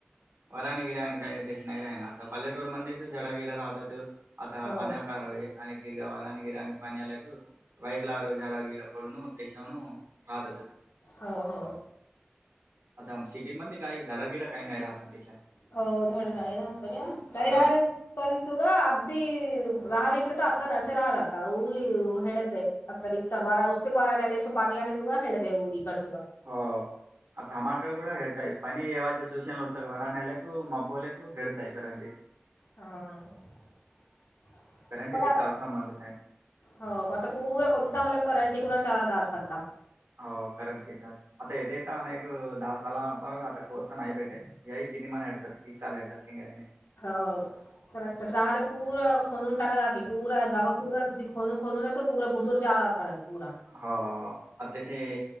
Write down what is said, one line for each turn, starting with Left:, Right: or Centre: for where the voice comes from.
Right: वरानी गिराणी काही नाही ते नाही राहि ना आता पल्लेटूर मध्येचडागिड राहतात आता
Left: हो
Right: पाण्या कारवी आणि गिरग वार आणि गिरा आणि पणी आलेक वैर लाार जाडा गीरपडण देशवून हा ददा.
Left: हो हो.
Right: आता सिटी मध्ये काही झाडागिडा काही नाही राहत ना तिथल्या
Left: हो झाधडू नाही राहतोर आ नाही
Right: आता
Left: राहले. पणसुग अदीी राहल इटल तर आता नसेे राहदता हऊग हेडते. आ त र वारा उस्चे क वारले सो पाणी आले सगा हेडतेऊग कड सू.
Right: हो. आता तमाम अकड क ह हेडतााय पनी ये वाच सूसेना उत्सक वराण्या लाख मबोलेख ख हेडतााय करा.
Left: हा.
Right: करंट
Left: पण
Right: इ तटला
Left: आ-
Right: अवसरा माटलंला नाही.
Left: हो आता पुर कोणता झाल करंडी कुणा चचा दात करता.
Right: हो करं टीचर्स आता येतेेत अनेक दहा सालापर आता कोर्स नाही भेटे. याई किती मन हडतात किसाल हरतात सिंगऱ्याने
Left: हो. करट सहाले पूरा खोनून टाकतात की पूरा गववा पूरा त खोून खोदून पूरा भुतूर जातात. पलावी पूरा
Right: हो आतासे